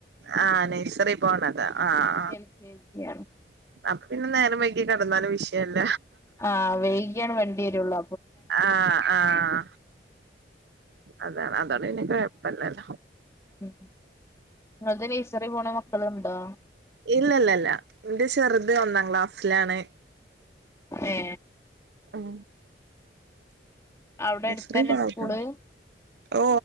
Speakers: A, on the right; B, on the left.
A: ആഹ നെയഴ്സറി പോണത ആഹ
B: എൽ കെ ജി ആണ്
A: ആ അപ്പ പിന്നെ നേരം വൈകി കിടന്നാലും വിഷയല്ല
B: ആഹ് വെയ്കയാണ് വണ്ടി വരൊള്ളൂ
A: ആഹ ആഹ അതാണ് അതോണ്ട് പിന്നെ കുഴപില്ലല്ലോ
B: ഉ നിങ്ങക്ക് നെയ്സറി പോണ മക്കളുണ്ടോ
A: ഇല്ല ഇല്ല ഇല്ല എന്റെ ചെറുത് ഒന്നാം ക്ലാസ്സിലാണ്
B: ഏ
A: ഉം
B: അവിടെ
A: എക്സരേ
B: അടുത്തന്നെ
A: പറാവത്ത
B: സ്കൂള്
A: ഓ